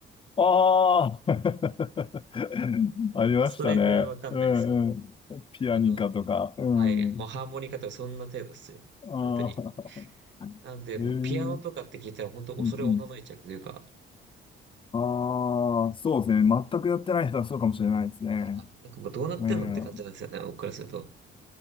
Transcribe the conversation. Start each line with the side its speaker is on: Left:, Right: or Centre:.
Left: ああ <laughs> ありましたね。
Right: それぐらいわかんないです。
Left: うんうん。ピアニカとか。
Right: あの、
Left: うん。
Right: はい、もうハーモニカとかそんな程度ですよ。
Left: ああ、
Right: 本当に。なんで、もうピアノとかって聞いたら本当恐れおののいちゃうというか、
Left: えー、うんうん。ああ、そうですね。全くやってない人はそうかもしれないですね。
Right: あーなんかもうどうなってんのって感じなんですよね、
Left: うん。
Right: 僕からすると。